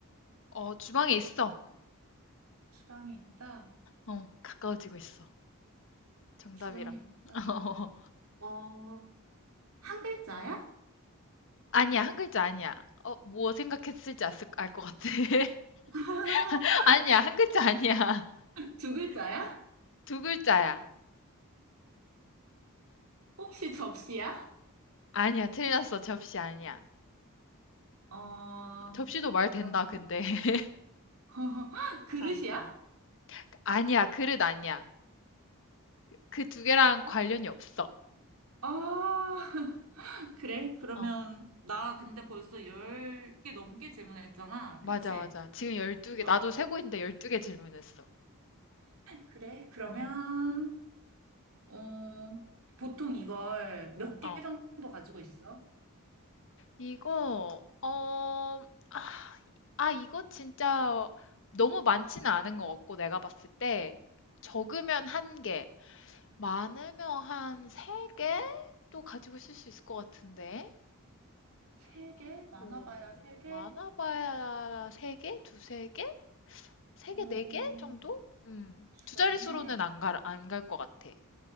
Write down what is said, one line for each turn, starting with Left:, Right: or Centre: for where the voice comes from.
Left: 어, 주방에 있어.
Right: 주방에 있다.
Left: 어, 가까워지고 있어. 정답이랑.
Right: 주방에
Left: <laughs>
Right: 있다. 어, 한 글자야?
Left: 아니야, 한 글자 아니야. 어, 뭐 생각했을지 알 것 같아. <laughs>
Right: <laughs>
Left: 아니야, 한 글자 아니야.
Right: 두 글자야?
Left: 두 글자야.
Right: 혹시 접시야?
Left: 아니야, 틀렸어. 접시 아니야.
Right: 어,
Left: 접시도 말
Right: 그러면,
Left: 된다, 근데. <laughs>
Right: <laughs> 그릇이야?
Left: 아니야. 아니야, 그릇 아니야. 그 두 개랑
Right: 네.
Left: 관련이 없어.
Right: 아, <laughs> 그래? 그러면,
Left: 어,
Right: 나 근데 벌써 열 개 넘게 질문했잖아.
Left: 맞아,
Right: 그치?
Left: 맞아. 지금 열두 개
Right: 여-
Left: 나도 세고 있는데 열두 개 질문했어.
Right: 그래? 그러면,
Left: 어.
Right: 어, 보통 이걸 몇 개
Left: 어.
Right: 정도 가지고 있어?
Left: 이거 어, 아, 아, 이거 진짜 너무 많지는 않은 것 같고 내가 봤을 때 적으면 한 개, 많으면 한 세 개? 또 가지고 있을 수 있을 것 같은데
Right: 세
Left: 세
Right: 개?
Left: 개?
Right: 많아봐야
Left: 어,
Right: 세 개?
Left: 많아봐야 세 개? 두세 개? 세
Right: 어,
Left: 개, 네 개 정도? 음,
Right: 주방에,
Left: 두 자릿수로는 안 갈, 안 갈 것 같아.